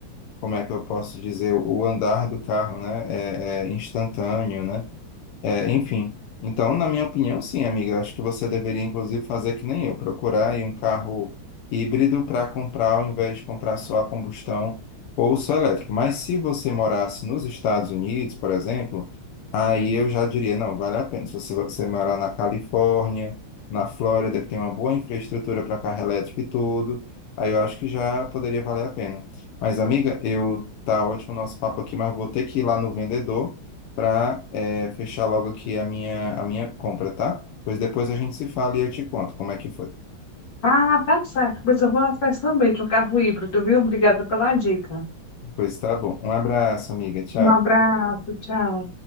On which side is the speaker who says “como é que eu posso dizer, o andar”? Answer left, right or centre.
Left